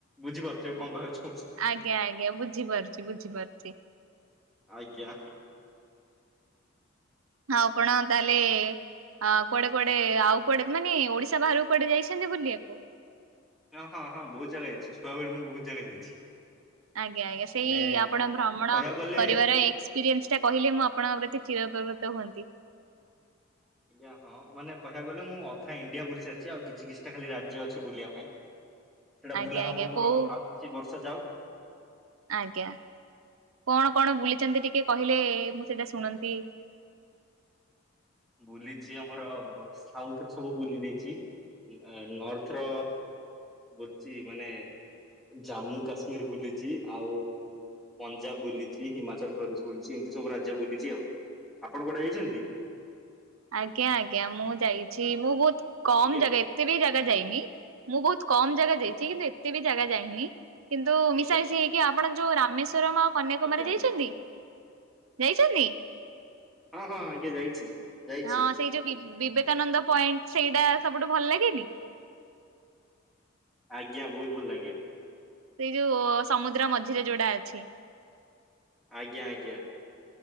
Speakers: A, in the centre; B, on the right (about 85°).
A: ବୁଝିପାରୁଥିବେ କଣ କହ
B: ଆଜ୍ଞା ଆଜ୍ଞା ବୁଝିପାରୁଚି ବୁଝିପାରୁଚି।
A: ଆଜ୍ଞା।
B: ହଁ ଆପଣ ତାହେଲେ ଅ କୁଆଡେ କୁଆଡେ ଆଉ କୁଆଡେ ମାନେ ଓଡିଶା ବାହାରକୁ କୁଆଡେ ଯାଇଛନ୍ତି ବୁଲିବାକୁ।
A: ହଁ ହଁ ହଁ ବହୁତ ଜାଗା ଯାଇଛି ଛୁଆବେଳେ ମୁଁ ବହୁତ ଜାଗା ଯାଇଛି।
B: ଆଜ୍ଞା ଆଜ୍ଞା ସେଇ
A: ମାନେ
B: ଆପଣ ଭ୍ରମଣ
A: କହିବାକୁ ଗଲେ
B: କରିବାର ଏକ୍ସପିରିଏନ୍ସ ଟା କହିଲେ ମୁଁ ଆପଣଙ୍କ ପ୍ରତି ଚିରପକୃତ ରହନ୍ତି।
A: ଆଜ୍ଞା ହଁ ମାନେ କହିବାକୁ ଗଲେ ମୁଁ ଅଧା ଇଣ୍ଡିଆ ବୁଲି ସାରିଛି ଆଉ କିଛି କିଛିଟା ଖାଲି ରାଜ୍ୟ ଅଛି ବୁଲିବା ପାଇଁ। ସେଇଟା
B: ଆଜ୍ଞା
A: ବୁଲା
B: ଆଜ୍ଞା
A: ହବ ମୋର
B: କୋଉ
A: ଆଉ କିଛି ବର୍ଷ ଯାଉ।
B: ଆଜ୍ଞା କଣ କଣ ବୁଲିଛନ୍ତି ଟିକେ କହିଲେ ମୁଁ ସେଇଟା ଶୁଣନ୍ତି।
A: ବୁଲିଛି ଆମର ସାଉଥ ର ସବୁ ବୁଲି ଦେଇଛି ନର୍ଥ ର ବଛି ମାନେ ଜାମ୍ମୁ କାଶ୍ମୀର ବୁଲିଛି ଆଉ ପଞ୍ଜାବ ବୁଲିଛି ହିମାଚଳ ପ୍ରଦେଶ ବୁଲିଛି ସବୁ ରାଜ୍ୟ ବୁଲିଛି ଆଉ ଆପଣ କୁଆଡେ ଯାଇଛନ୍ତି।
B: ଆଜ୍ଞା ଆଜ୍ଞା ମୁଁ ଯାଇଛି ମୁଁ ବହୁତ କମ
A: ଆଜ୍ଞା
B: ଜାଗା ଏତେ ବି ଜାଗା ଯାଇନି ମୁଁ ବହୁ କମ ଜାଗା ଯାଇଛି କିନ୍ତୁ ଏତେ ବି ଜାଗା ଯାଇନି କିନ୍ତୁ
A: ଆଜ୍ଞା
B: ମିଶାମିଶି ହେଇକି ଆପଣ ଯୋଉ ରାମେଶ କନ୍ୟାକୁମାରୀ
A: ଆଜ୍ଞା ଆଜ୍ଞା
B: ଯାଇଛନ୍ତି ଯାଇଛନ୍ତି।
A: ହଁ ହଁ ଆଜ୍ଞା ଯାଇଛି। ଯାଇଛି
B: ହଁ ସେଇ ଯୋଉ ବି ବିବେ ଏକାନନ୍ଦ ପଏଣ୍ଟ ସେଇଟା ସବୁଠୁ ଭଲ ଲାଗେନି।
A: ଆଜ୍ଞା ବହୁତ ଭଲ ଲାଗେ।
B: ସେଇ ଯୋଉ ସମୁଦ୍ର ମଝିରେ ଯୋଉଟା ଅଛି।
A: ଆଜ୍ଞା, ଆଜ୍ଞା।